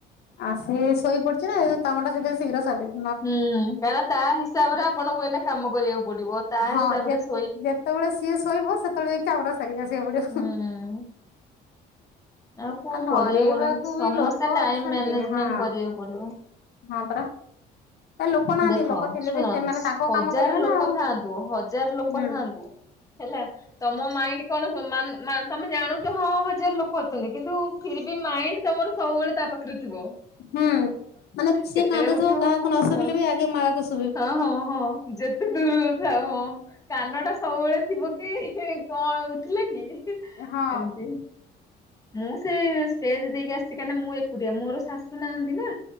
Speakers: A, on the left; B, on the left.
A: ଆ, ସେ ଶୋଇ ପଡିଚି ନା <inaudible> କାମଟା ଶୀଘ୍ର ଶୀଘ୍ର ସାରଦେଲି।
B: ହୁଁ, କାହିଁକି ନା ତା ହିସାବରେ ଆପଣଙ୍କୁ ଏଇନା କାମ କରିବାକୁ ପଡିବ, ତା
A: ହଁ
B: ହିସାବରେ
A: ଯେ
B: ସେ
A: ଯେତେବେଳେ ସିଏ ଶୋଇବ ସେତେବେଳେ ଯାଇକି କାମଟା ସାରିକି ଆସିବାକୁ ପଡିବ।
B: ହୁଁ ଆଉ କଣ
A: ଧରେଇବାକୁ
B: କରିବେ କହୁନାହାନ୍ତି, ସମସ୍ତେ
A: ବି ଲୋକ
B: ଟାଇମ୍
A: ଅଛନ୍ତି
B: ମ୍ୟାନେଜମେଣ୍ଟ
A: ହଁ
B: କରିବାକୁ ପଡିବ।
A: ହଁ ପରା। ଏ ଲୋକ ନାହାନ୍ତି
B: ଦେଖ
A: ଲୋକ ଥିଲେ
B: ଶୁଣ
A: ବି ସେମାନେ ତାଙ୍କ
B: ହଜାର
A: କାମ କରିବେ
B: ଲୋକ
A: ନା ଆଉ
B: ଥାଆନ୍ତୁ, ହଜାର ଲୋକ
A: ହୁଁ
B: ଥାଆନ୍ତୁ ହେଲା ତୋମ ମାଇଣ୍ଡ କଣ ମାନ ମା- ତୋମେ ଜାଣୁଚ ହଁ ହଜାର ଲୋକ ଅଛନ୍ତି କିନ୍ତୁ ଫିରବି ମାଇଣ୍ଡ ତୋମର ସବୁବେଳେ ତା ପାଖରେ ଥିବ।
A: ହୁଁ, ମାନେ ସିଏ
B: କେତେବେଳେ
A: କାନ୍ଦୁଥୁବ
B: ଉଠିବ
A: କାହାକୁ
B: କଣ
A: ନ ଶୁଭିଲେ ବି ଆଗେ ମା କୁ ଶୁ
B: ହଁ, ହଁ, ହଁ, ହଁ ଯେତେ ଦୂରୁରୁ ଥାଅ ହଁ। କାନ ଟା ସବୁବେଳେ ଥିବ କି କଣ ଉଠିଲା କି?
A: ହଁ।
B: ଏମିତି। ମୁଁ ସେ ଷ୍ଟେଜ୍ ଦେଇକି ଆସିଚି, କାଇଁ ନା ମୁଁ ଏକୁଟିଆ ମୋର ଶାଶୁ ନାହାଁନ୍ତି ନା।